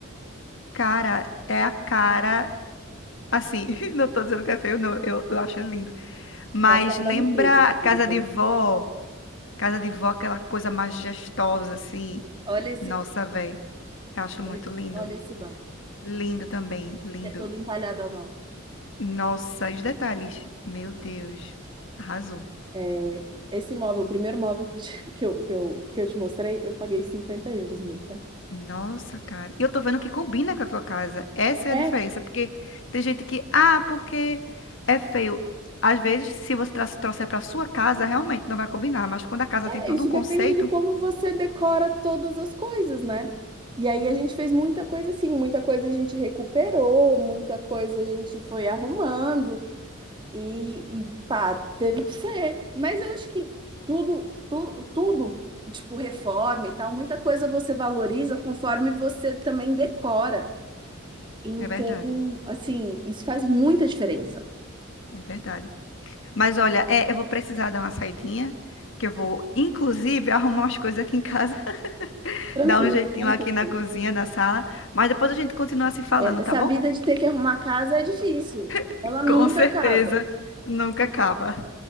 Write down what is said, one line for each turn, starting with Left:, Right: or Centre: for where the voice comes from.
Left: Cara, é a cara. Assim, <laughs> não tô dizendo que é feio, não. Eu, eu acho lindo. Mas
Right: É a cara
Left: lembra
Right: da riqueza. esse
Left: casa
Right: cara, peraí.
Left: de vó? Casa de vó, aquela coisa majestosa, assim.
Right: Olha isso
Left: Nossa,
Right: aqui.
Left: Eu acho muito
Right: Olha,
Left: lindo.
Right: olha esse bar,
Left: Lindo também, lindo.
Right: que é todo entalhado à mão.
Left: Nossa, os detalhes. Meu Deus. Arrasou.
Right: É, esse móvel, o primeiro móvel que eu, te- <laughs> que eu, que eu, que eu te mostrei, eu paguei 50 euros nele, tá?
Left: Nossa, cara. E eu tô vendo que combina com a tua casa. Essa é
Right: É.
Left: a diferença. Porque tem gente que, ah, porque é feio. Às vezes, se você tra- trouxer pra sua casa, realmente não vai combinar. Mas quando a casa
Right: É,
Left: tem todo
Right: Isso
Left: um conceito,
Right: depende de como você decora todas as coisas, né? E aí a gente fez muita coisa assim, muita coisa a gente recuperou, muita coisa a gente foi arrumando e, e pá, teve que ser. Mas eu acho que tudo, tudo, tudo, tipo reforma e tal, muita coisa você valoriza conforme você também decora. Então,
Left: é verdade.
Right: assim, isso faz muita diferença.
Left: É verdade. Mas olha, é, eu vou precisar dar uma saidinha. Que eu vou, inclusive, arrumar umas coisas aqui em casa.
Right: Tranquilo,
Left: Dá um jeitinho
Right: tranquilo.
Left: aqui na cozinha, na sala. Mas depois a gente continua se falando,
Right: É, Essa
Left: tá bom?
Right: vida de ter que arrumar casa é difícil.
Left: <laughs>
Right: Ela nunca
Left: Com certeza.
Right: acaba.
Left: Nunca acaba.